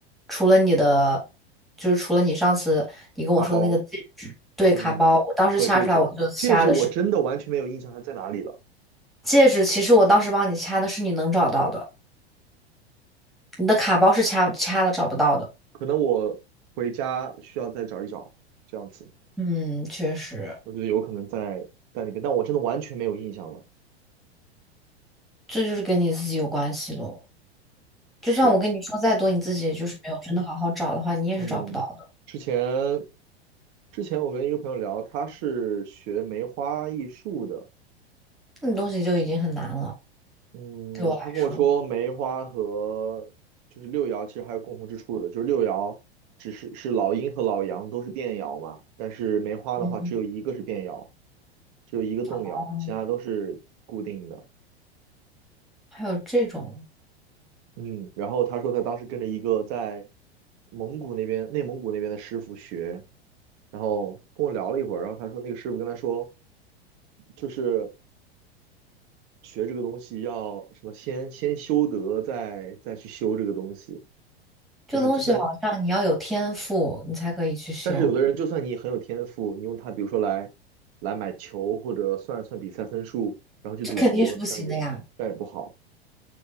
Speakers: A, in the centre; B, on the right (about 45°).
A: 除了你的，就是除了你上次你跟我说的那个戒指，
B: 大包，
A: 对，
B: 嗯，
A: 卡包，我当时掐出来我就掐的是
B: 和戒指，戒指我真的完全没有印象它在哪里了，
A: 戒指，其实我当时帮你掐的是你能找到的，你的卡包是掐掐了找不到的。
B: 可能我回家需要再找一找，这样子，
A: 嗯，确实，
B: 我觉得有可能在在那边，但我真的完全没有印象了。
A: 这就是跟你自己有关系喽。就算我跟你说再多，
B: 是，
A: 你自己就是没有真的好好找的话，你也是找不到的。
B: 嗯，之前之前我跟一个朋友聊，他是学梅花易数的。
A: 那东西就已经很难了，
B: 嗯，
A: 对我来说。
B: 他跟我说梅花和就是六爻其实还有共同之处的，就是六爻只是是老阴和老阳都是变爻嘛，但是梅花的话只有一个是变爻，
A: 嗯，
B: 只有一个动摇，
A: 嗯
B: 其他都是固定的。
A: 还有这种。
B: 嗯，然后他说他当时跟着一个在蒙古那边、内蒙古那边的师傅学，然后跟我聊了一会儿，然后他说那个师傅跟他说，就是学这个东西要什么先先修德，再再去修这个东西，
A: 这个东西好像你要有天赋，
B: 就是就算
A: 你才可以去修，
B: 但是有的人，就算你很有天赋，你用它，比如说来来买球，或者算算比赛分数，然后去赌博，
A: 这肯定是不行的呀。
B: 这样也这样也不好。